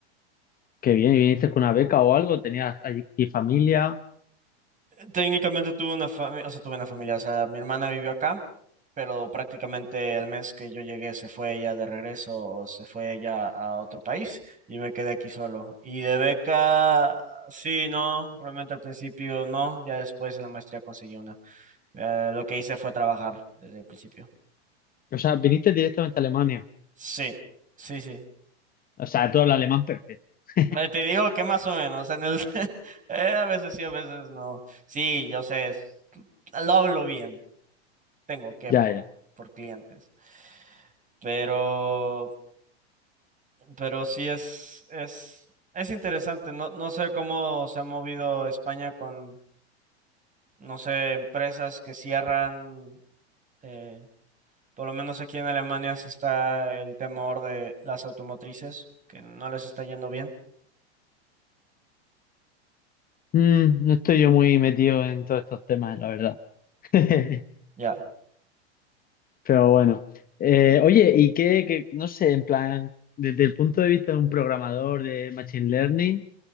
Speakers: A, on the left (about 25°); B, on the right (about 25°).
A: Qué bien, ¿y viniste con una beca o algo? ¿Tenías aquí familia?
B: Técnicamente tuve una familia, o sea, tuve una familia, o sea, mi hermana vivió acá. pero prácticamente el mes que yo llegué se fue ella de regreso, o se fue ella a otro país y me quedé aquí solo. Y de beca, sí, no, realmente al principio no, ya después en la maestría conseguí una. Eh, lo que hice fue trabajar desde el principio.
A: O sea, viniste directamente a Alemania.
B: Sí, sí, sí.
A: O sea, tú hablas alemán perfecto. <laughs>
B: Eh, Te digo que más o menos, en el <laughs> eh, a veces sí, a veces no. Sí, yo sé, es- lo hablo bien, tengo que
A: Ya,
B: por,
A: ya.
B: por clientes. Pero pero sí es, es, es interesante. No, no sé cómo se ha movido España con, no sé, empresas que cierran. eh, por lo menos aquí en Alemania se está el temor de las automotrices, que no les está yendo bien.
A: Mm, no estoy yo muy metido en todos estos temas, la verdad. <laughs>
B: Ya.
A: Pero bueno. Eh, oye, ¿y qué, qué- no sé, en plan, desde el punto de vista de un programador de Machine Learning,